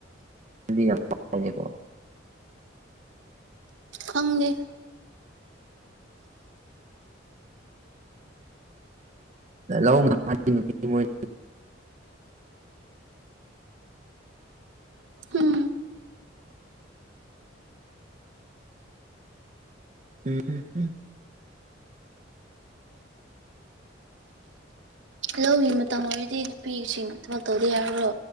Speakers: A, on the right; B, on the right.
A: ꯗꯤ ꯌꯥꯝ <unintelligible> ꯉꯦꯀꯣ
B: ꯈꯪꯗꯦ
A: ꯂꯧ <unintelligible> ꯅꯨꯄꯤꯠꯇꯤ ꯃꯣꯏ
B: ꯎꯝ
A: ꯍꯝ ꯍꯝ ꯍꯝ
B: ꯂꯧꯒꯤ ꯃꯇꯝ ꯑꯣꯏꯔꯗꯤ ꯅꯨꯄꯤꯁꯤꯡ ꯊꯕꯛ ꯇꯧꯗ ꯍꯥꯏꯕ꯭ꯔꯣ